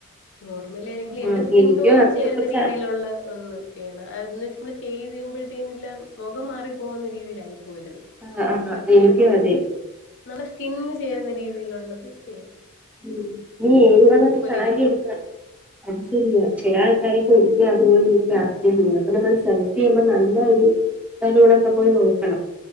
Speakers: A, on the left; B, in the centre.
A: നോർമൽ ആണെങ്കിൽ
B: ആഹ്
A: എന്റെ സ്കിൻ
B: എനിക്കും
A: ടോണിൽ
B: അതിനെ
A: ചേരുന്ന
B: കുറിച്ച്
A: രീതിയിലുള്ള ഒന്ന് ചെയ്യണം അതിന്. ച്ചു ചെയ്തു കഴിയുമ്പത്തേനു എല്ലാം. മുഖം മാറി. പോകുന്ന രീതിയിലായി. പോകരുത്
B: ആഹ് ആഹ്
A: വൃത്തികേട്
B: എനിക്കും
A: ഇല്ലാതെ
B: അതെ
A: നല്ല സ്കിന് ചേരുന്ന രീതിയിലുള്ളത്. പ് ചെയ്യ
B: ഉം നീ ഏത് കളർ സാരി
A: ഇരിക്കും
B: എടുക്കാ? അത് ശരിയാ ചില ആൾക്കാരെക്കൊര് ക്കെ അതുപോലെ <unintelligible> അപ്പ നമ്മൾ സെലക്ട് ചെയ്യുമ്പോ നല്ല ഒരു <unintelligible> പോയി നോക്കണം